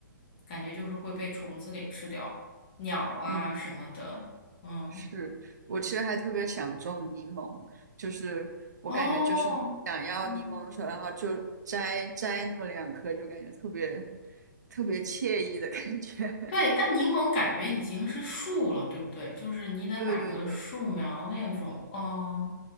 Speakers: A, on the left; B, on the right.
A: 感觉就是会被虫子给吃掉，鸟啊什么的，
B: 嗯，
A: 嗯，
B: 是我其实还特别想种柠檬，就是我感觉就是你想要柠檬的时候，
A: 哦，嗯。
B: 然后就摘摘那么两颗，就感觉特别特别惬意的感觉。
A: 对，
B: <laughs>
A: 但柠檬感觉已经是树了，对不对？就是你得买个树苗那种。
B: 对对对，
A: 哦